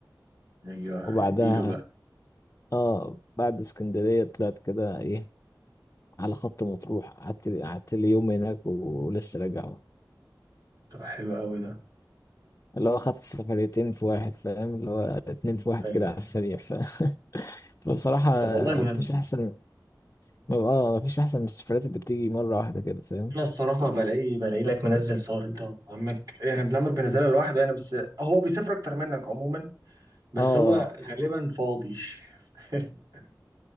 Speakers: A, on the right; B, on the left.
A: ايوه
B: وبعدها
A: اديله بقى
B: اه بعد اسكندرية طلعت كده ايه على خط مطروح قعدت قعدت لي يوم هناك و- ولسه راجع
A: طب حلو قوي ده
B: اللي هو خدت سفريتين في واحد فاهم اللي هو اتنين في واحد
A: ايوه
B: كده على
A: أيوة.
B: السريع ف... <laughs> فبصراحة
A: طب والله جامد
B: مفيش أحسن اه مفيش احسن من السفرات اللي بتيجي مره واحده كده فاهم
A: انا الصراحه بلاقي بلاقي لك منزل صور انت وعمك يعني ابن عمك بينزلها لوحده يعني بس هو بيسافر اكتر منك عموما بس
B: اه
A: هو غالبا فاضي <laughs>